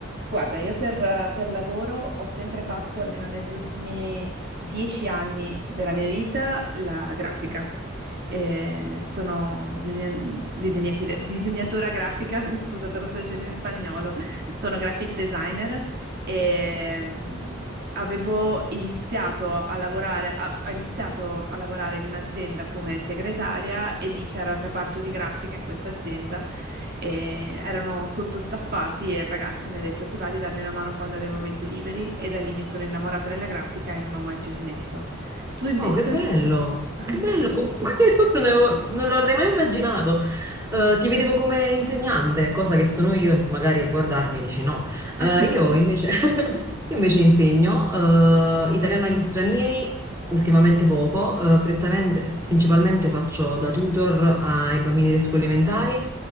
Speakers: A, on the right (about 55°); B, on the right (about 15°).
A: Guarda, io per, per lavoro ho sempre fatto, almeno negli ultimi dieci anni della mia vita, la grafica. Eh, sono disegna- disegnati- disegnatora grafica, <laughs> scusa, te lo sto dicendo in spagnolo, sono graphic designer e mm, avevo iniziato a lavorare, a- ho iniziato a lavorare in un'azienda come segretaria e lì c'era il reparto di grafica in questa azienda e erano sottostaffati e il ragazzo mi ha detto ti va di darmi una mano quando ho dei momenti liberi e da lì mi sono innamorata della grafica e non ho mai più smesso. Tu invece?
B: Wow, che bello!
A: <laughs> Eh
B: Che bello
A: sì.
B: comunque, <laughs> io non avevo- non lo avrei mai immaginato. Eh, ti vedevo come insegnante, cosa che sono io, e magari a guardarmi dici no. Eh,
A: <laughs>
B: io invece, <laughs> io invece insegno eh, italiano agli stranieri, ultimamente poco, eh, prettamente- principalmente faccio da tutor ai bambini delle scuole elementari